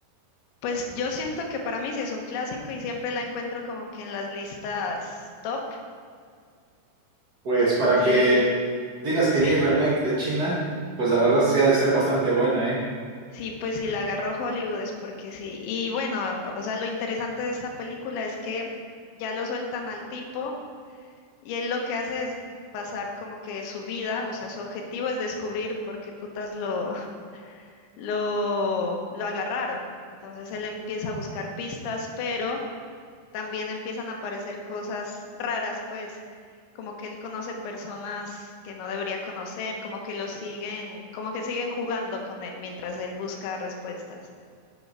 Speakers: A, on the left (about 80°); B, on the right (about 60°).
A: Pues yo siento que para mí sí es un clásico y siempre la encuentro como que en las listas top
B: Pues para
A: y
B: que digas que
A: sí.
B: ya hay remake de China, pues la verdad sí ha de ser bastante buena, ¿eh?
A: Sí, pues sí, la agarró Hollywood es porque sí. Y bueno, o sea, lo interesante de esta película es que ya lo sueltan al tipo y él lo que hace es pasar como que su vida, o sea, su objetivo es descubrir por qué putas lo, <laughs> lo, lo agarraron. Entonces él empieza a buscar pistas, pero también empiezan a aparecer cosas raras, pues, como que él conoce personas que no debería conocer, como que lo siguen, como que siguen jugando con él mientras él busca respuestas.